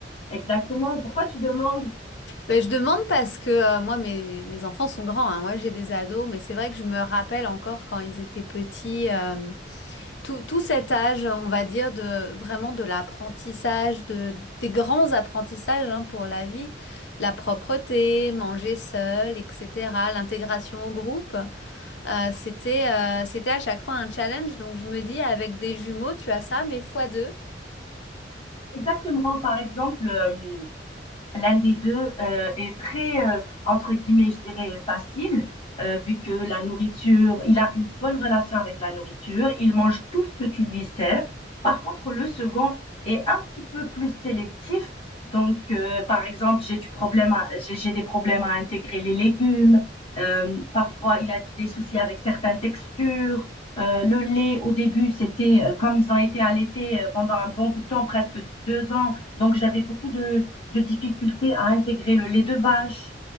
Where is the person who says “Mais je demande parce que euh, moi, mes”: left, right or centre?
Left